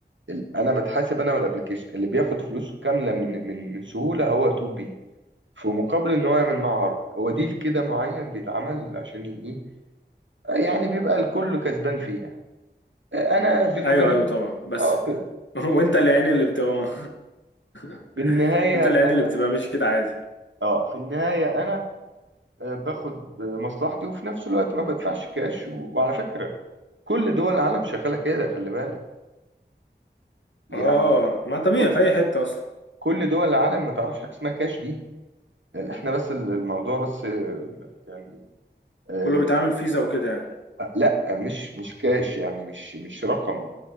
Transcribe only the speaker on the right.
ال- انا بتحاسب انا والابليكيشن اللي بياخد فلوسه كامله من من من سهوله هو 2 بي في مقابل ان هو يعمل معاه عرض هو ديل كده معين بيتعمل عشان ي- ايه يعني بيبقى الكل كسبان فيه يعني انا بيني
وبينك
اه في
في النهايه
انا
اه في النهايه انا آه، باخد مصلحتي وفي نفس الوقت ما بدفعش كاش و... وعلى فكره كل دول العالم شغاله كده خلي بالك يعني
كل
كل دول العالم ما تعرفش حاجه اسمها كاش دي آه، احنا بس ال- الموضوع بس آه، يعني آه،
لا مش مش كاش يعني مش مش رقم